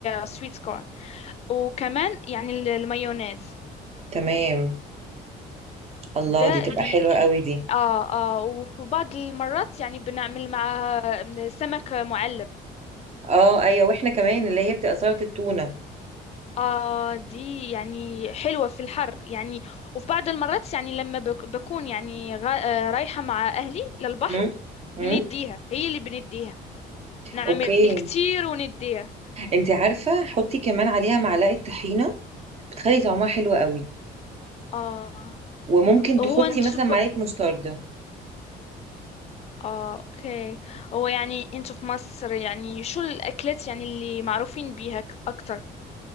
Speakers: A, on the left (about 40°); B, on the right (about 40°).
A: سويت كورن وكمان يعني ال- المايونيز
B: تمام الله
A: ده
B: دي تبقى
A: بي
B: حلوة قوي دي
A: اه اه وفي بعض المرات يعني بنعمل مع سمك معلب
B: أه أيوة وإحنا كمان اللي هي بتبقى سلطة التونة
A: اه دي يعني حلوة في الحر يعني وفي بعض المرات يعني لما بك- بكون يعني غا- آه، رايحة مع أهلي للبحر
B: امم
A: بنديها
B: امم
A: هي اللي بنديها نعمل
B: أوكي
A: كتير ونديها
B: أنت عارفة حطي كمان عليها معلقة طحينة بتخلي طعمها حلو قوي
A: اه
B: وممكن
A: هو
B: تحطي
A: انت
B: مثلا
A: شوف
B: معلقة مستردة
A: اه اوكي هو يعني انتوا في مصر يعني شو الأكلات يعني اللي معروفين بيها ك- أكتر